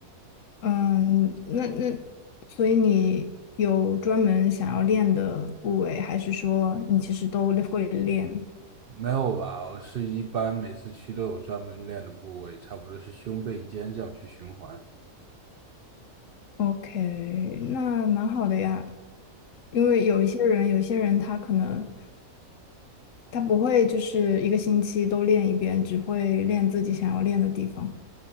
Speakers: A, on the left (about 65°); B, on the right (about 75°).
A: 嗯，那那所以你有专门想要练的部位，还是说你其实都会练
B: 没有吧？我是一般每次去都有专门练的部位，差不多是胸背肩这样去循环。
A: ？OK，那蛮好的呀。因为有一些人，有些人他可能他不会就是一个星期都练一遍，只会练自己想要练的地方。